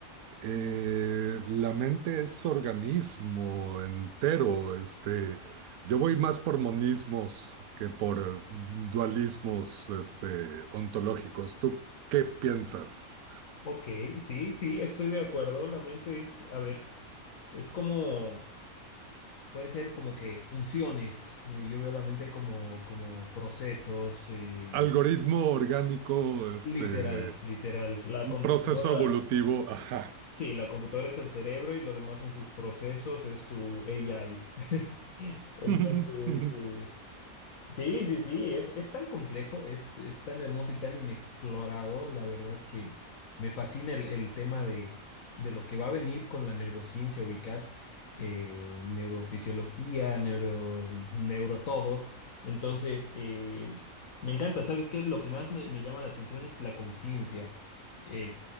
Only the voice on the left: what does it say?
Ok, sí, sí, estoy de acuerdo. La mente es, a ver, es como, pueden ser como que funciones. Eh, Yo veo la mente como, como procesos, eh,
literal, literal. La
computadora.
Sí, la computadora es el cerebro y lo demás son sus procesos, es su AI. <laughs> Entonces,
eh, sí, sí, sí, es, es tan complejo, es, es tan hermoso y tan inexplorado, la verdad que me fascina el, el tema de, de lo que va a venir con la neurociencia, ubicás, eh, neurofisiología, neuro, neuro todo. Entonces, eh, me encanta, ¿sabes qué? Lo que más me, me llama la atención es la conciencia. Eh,